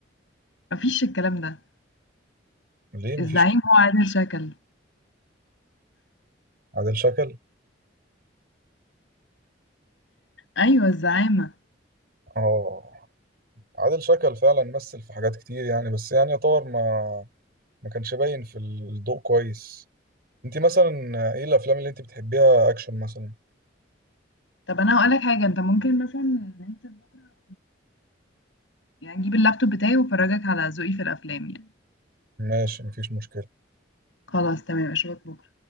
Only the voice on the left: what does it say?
مفيش الكلام ده
الزعيم هو عادل شكل
أيوه الزعامة
طب أنا هقولك حاجة أنت ممكن مثلا ننزل بكرة يعني أجيب اللابتوب بتاعي وأفرجك على ذوقي في الأفلام يعني
خلاص تمام أشوفك بكرة